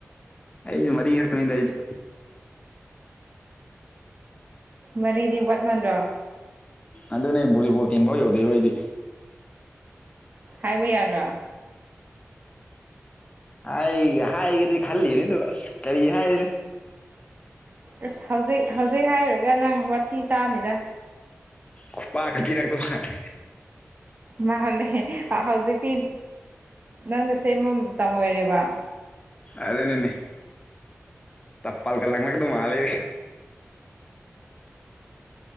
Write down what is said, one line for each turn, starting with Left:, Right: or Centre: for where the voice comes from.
Left: ꯑꯩꯒ ꯃꯔꯤ ꯈꯥꯛꯇꯅꯤꯗ ꯑꯩꯗꯤ꯫
Right: ꯃꯔꯤꯗꯤ ꯋꯥꯠ ꯃꯟꯗ꯭ꯔꯣ꯫
Left: ꯑꯗꯨꯅꯦ ꯕꯣꯂꯤꯕꯣꯜ ꯇꯤꯝꯕꯧ ꯌꯧꯗꯦꯕ ꯑꯩꯗꯤ꯫
Right: ꯍꯥꯏꯕ ꯌꯥꯗ꯭ꯔꯣ꯫
Left: ꯍꯥꯏ ꯍꯥꯏꯒꯦꯗꯤ ꯈꯜꯂꯤꯅꯦ ꯑꯗꯨꯒ ꯑꯁ ꯀꯔꯤ ꯍꯥꯏꯁꯤꯔ꯫
Right: ꯑꯁ ꯍꯧꯖꯤꯛ ꯍꯧꯖꯤꯛ ꯍꯥꯏꯔꯨꯔꯒ ꯅꯪ ꯋꯥꯊꯤ ꯇꯥꯅꯤꯗ꯫
Left: ꯈꯨꯄꯥꯛꯀ ꯄꯤꯔꯛꯇꯧ ꯃꯥꯜꯂꯦ꯫
Right: ꯃꯥꯅꯦ ꯍꯧꯖꯤꯛꯇꯤ ꯅꯪꯅ ꯁꯦꯝꯕ ꯃꯇꯝ ꯑꯣꯏꯔꯦꯕ
Left: ꯑꯗꯨꯅꯤꯅꯦ ꯆꯄꯥꯜꯀ ꯂꯪꯂꯛꯀꯗꯧ ꯃꯥꯜꯂꯦ